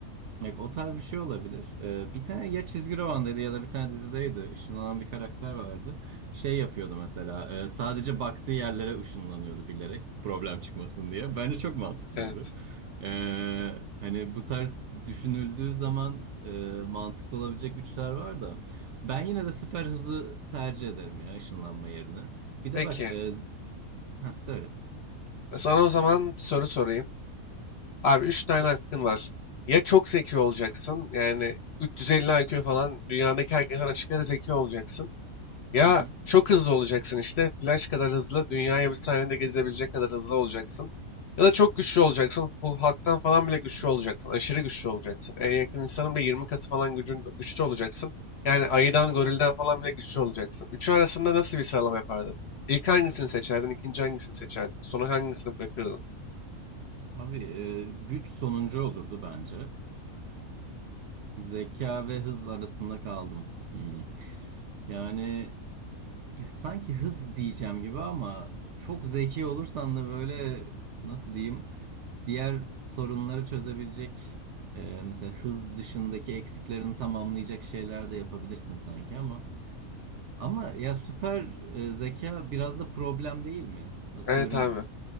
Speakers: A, on the right; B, on the left.
A: Bak, o tarz bir şey olabilir. Ee, bir tane ya çizgi romandaydı ya da bir tane dizideydi. Işınlanan bir karakter vardı. Şey yapıyordu mesela. e, sadece baktığı yerlere ışınlanıyordu bilerek. Problem çıkmasın diye. Bence çok mantıklıydı.
B: Evet.
A: Ee, hani bu tarz düşünüldüğü zaman e, mantıklı olabilecek güçler var da. Ben yine de süper hızı tercih ederim ya ışınlanma yerine. Bir
B: Peki.
A: de bak. e, z- ha söyle.
B: E, Sana o zaman soru sorayım. Abi 3 tane
A: Buyur.
B: hakkın var. Ya çok zeki olacaksın. Yani 350 IQ falan dünyadaki herkesten açık ara zeki olacaksın. Ya
A: <laughs>
B: çok hızlı olacaksın işte. Flash kadar hızlı. Dünyayı bir saniyede gezebilecek kadar hızlı olacaksın. Ya da çok güçlü olacaksın. Hulk'tan falan bile güçlü olacaksın. Aşırı güçlü olacaksın. En yakın insanın bile 20 katı falan gücün, güçlü olacaksın. Yani ayıdan, gorilden falan bile güçlü olacaksın. Üçü arasında nasıl bir sıralama yapardın? İlk hangisini seçerdin? ikinci hangisini seçerdin? Sonra hangisini bırakırdın?
A: Abi e, güç sonuncu olurdu bence. E, zeka ve hız arasında kaldım. Hmm. Yani e, sanki hız diyeceğim gibi ama çok zeki olursan da böyle nasıl diyeyim diğer sorunları çözebilecek e, mesela hız dışındaki eksiklerini tamamlayacak şeyler de yapabilirsin sanki ama ama ya süper e, zeka biraz da problem değil mi? Atıyorum.
B: Evet abi.